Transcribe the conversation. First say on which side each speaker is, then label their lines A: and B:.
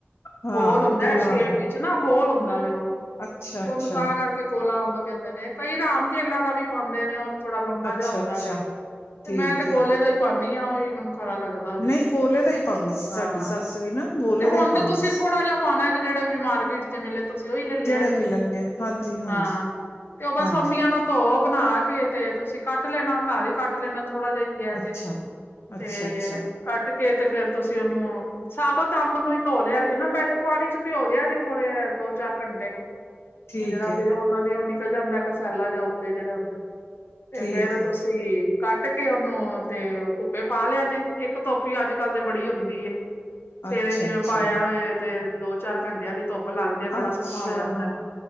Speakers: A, on the left; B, on the left.
A: ਹੈ ਹਾਂ
B: ਗੋਲ ਹੁੰਦਾ
A: ਗੋਲਾ
B: ਛੇਪ
A: ਅੰਬ
B: ਇਚ ਨਾ ਗੋਲ ਹੁੰਦਾ ਵੇ ਉਹ।
A: ਅੱਛਾ
B: ਤੇ
A: ਅੱਛਾ
B: ਓਨੂੰ ਤਾਂ ਕਰਕੇ ਗੋਲਾ ਅੰਬ ਕਹਿੰਦੇ ਨੇ। ਕਈ ਰਾਮ ਕੇਲਾ ਦਾ ਵੀ ਪਾਉਂਦੇ ਨੇ ਉਹ ਥੋੜਾ ਲੰਬਾ
A: ਅੱਛਾ
B: ਜਿਹਾ ਹੁੰਦਾ
A: ਅੱਛਾ
B: ਵੇ, ਤੇ
A: ਠੀਕ
B: ਮੈਂ ਤੇ
A: ਏ
B: ਗੋਲੇ ਦਾ ਈ ਪਾਨੀ ਆਂ, ਓਹੀ ਮੈਨੂੰ ਖਰਾ ਲੱਗਦਾ ਵੇ,
A: ਨਹੀਂ ਗੋਲੇ ਦਾ ਹੀ ਪਾਉਂਦੀ ਸੀ
B: ਹਾਂ।
A: ਸਾਡੀ ਸੱਸ ਵੀ ਨਾ ਗੋਲੇ
B: ਤੇ
A: ਦਾ
B: ਹੁਣ
A: ਹੀ
B: ਤੇ
A: ਪਾਉਂਦੀ
B: ਤੁਸੀਂ
A: ਸੀ
B: ਥੋੜਾ ਜਿਹਾ ਪਾਣਾ ਐ ਜਿਹੜਾ ਵੀ ਮਾਰਕੀਟ ਚ ਮਿਲੇ ਤੁਸੀਂ ਉਈ ਲੈ ਲਿਆ
A: ਜਿਹੜੇ
B: ਜੇ।
A: ਮਿਲਣਗੇ ਹਾਂਜੀ ਹਾਂਜੀ
B: ਹਾਂ ਤੇ ਓਹ ਬਸ
A: ਹਾਂਜੀ
B: ਅੰਬੀਆਂ ਨੂੰ ਧੋ ਬਣਾ ਕੇ ਤੇ ਤੁਸੀਂ। ਕੱਟ ਲੈਣਾ ਘਰ ਈ ਕੱਟ ਲੈਣਾ ਥੋੜ- ਜਿਹਾ
A: ਅੱਛਾ
B: ਤੇ।
A: ਅੱਛਾ
B: ਤੇ
A: ਅੱਛਾ
B: ਕੱਟ ਕੇ ਤੇ ਫੇਰ ਤੁਸੀਂ ਉਹਨੂੰ ਸਾਬਕ ਤ ਅੰਮ ਨੂੰ ਹੀ ਧੋ ਲਿਆ ਜੇ ਨਾ, ਪਹਿਲੇ ਪਾਣੀ ਚ ਭਿਓ ਲਿਆ ਜੇ ਥੋੜੇ ਆ, ਦੋ ਚਾਰ ਘੰਟੇ।
A: ਠੀਕ
B: ਉਹ ਜਿਹੜਾ
A: ਏ
B: ਵੀ ਉਹ ਓਨਾ ਦੀ ਉਹ ਨਿਕਲ ਜਾਂਦਾ ਕਸੈਲਾ ਜਿਹੜਾ ਉਤੇ ਹੂੰਦਾ। ਤੇ
A: ਠੀਕ
B: ਫੇਰ
A: ਏ
B: ਤੁਸੀਂ ਕੱਟ ਕੇ ਉਹਨੂੰ ਤੇ ਧੁੱਪੇ ਪਾ ਲਿਆ ਜੇ ਇੱਕ ਧੁੱਪ ਹੀ ਅੱਜ ਕੱਲ ਤੇ ਬੜੀ ਹੁੰਦੀ ਏ। ਸਵੇਰੇ
A: ਅੱਛਾ
B: ਜਿਵੇਂ
A: ਅੱਛਾ
B: ਪਾਇਆ ਹੋਵੇ ਤੇ ਦੋ -ਚਾਰ ਘੰਟਿਆਂ ਦੀ ਧੁੱਪ ਲੱਗ ਜਾਏ ਬੜਾ
A: ਅੱਛਾ।
B: ਸੋਹਣਾ ਹੋ ਜਾਂਦਾ।